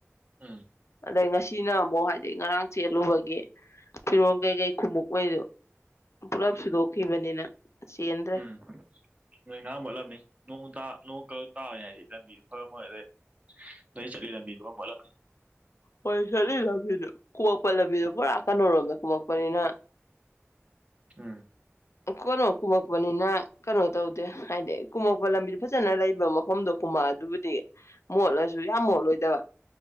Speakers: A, on the right; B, on the left.
A: ꯎꯝ
B: ꯑꯗꯩ ꯉꯁꯤꯅ ꯑꯃꯨꯛ ꯍꯥꯏꯗꯤ ꯉꯔꯥꯡ ꯆꯦꯜꯂꯨꯕꯒꯤ ꯐꯤꯔꯣꯜ ꯀꯩꯀꯩ ꯈꯨꯃꯨꯛꯉꯩꯗꯨ ꯄꯨꯂꯞ ꯁꯨꯗꯣꯛꯈꯤꯕꯅꯤꯅ ꯆꯦꯟꯗ꯭ꯔꯦ
A: ꯎꯝ ꯅꯣꯏ ꯉꯍꯥ ꯃꯣꯠꯂꯝꯅꯤ ꯅꯣꯡꯒ ꯇꯥ ꯅꯣꯡ ꯀꯛ ꯇꯥꯔꯅꯤ ꯍꯥꯏꯗꯤ ꯂꯝꯕꯤꯗꯨꯣ ꯐꯉꯝꯃꯣꯏ ꯑꯗꯩ ꯅꯣꯏ ꯆꯠꯂꯤ ꯂꯝꯕꯤꯗꯨꯣ ꯃꯣꯠꯂꯝꯅꯤ
B: ꯍꯣꯏ ꯆꯠꯂꯤ ꯂꯝꯕꯤꯗꯣ ꯀꯨꯝꯃꯛꯄ ꯂꯝꯕꯤꯗꯣ ꯄꯨꯔꯥ ꯀꯩꯅꯣ ꯔꯣꯝꯗ ꯀꯨꯝꯃꯛꯄꯅꯤꯅ
A: ꯎꯝ
B: ꯀꯩꯅꯣ ꯀꯨꯝꯃꯛꯄꯅꯤꯅ ꯀꯩꯅꯣ ꯇꯧꯗꯦ ꯍꯥꯏꯗꯤ ꯀꯨꯝꯃꯛꯄ ꯂꯝꯕꯤꯗ ꯐꯖꯅ ꯂꯩꯕ ꯃꯐꯝꯗꯣ ꯀꯨꯝꯃꯛꯑ ꯑꯗꯨꯕꯨꯗꯤ ꯃꯣꯠꯂꯁꯨ ꯌꯥꯝ ꯃꯣꯠꯂꯣꯏꯗꯕ